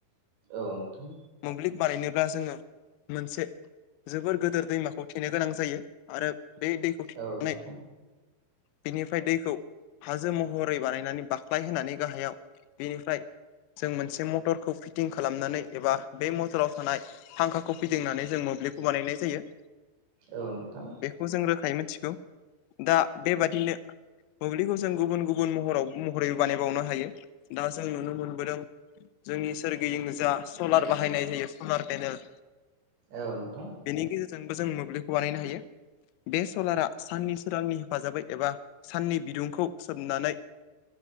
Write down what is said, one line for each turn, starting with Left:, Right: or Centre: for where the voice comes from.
Right: औ नोंथां
Left: मोब्लिब बानायनोब्ला जोङो मोनसे जोबोर गोदोर दैमाखौ थेनो गोनां जायो आरो बे दैखौ
Right: औ
Left: थेनानै
Right: नोंथां
Left: बिनिफ्राय दैखौ हाजो महरै बानायनानै बाख्लाय होनानै गाहायाव बेनिफ्राय जों मोनसे मटरखौ फिटिं खालामनानै एबा बे मटराव थानाय फांखाखौ फैदिंनानै जों मोब्लिबखौ बानायनाय जायो।
Right: औ नोंथां
Left: बेखौ जों रोखायै मिथिगौ। दा बेबादिनो मोब्लिबखौ जों गुबुन गुबुन महराव महरैबो बानायबावनो हायो। दा जों नुनो मोनबोदों जोंनि सोरगिदिं जा सलार बाहायनाय जायो सलार पेनेल
Right: औ नोंथां।
Left: बेनि गेजेरजोंबो जों मोब्लिबखौ बानायनो हायो बे सलारा साननि सोरांनि हेफाजाबै एबा साननि बिदुंखौ सोमनानै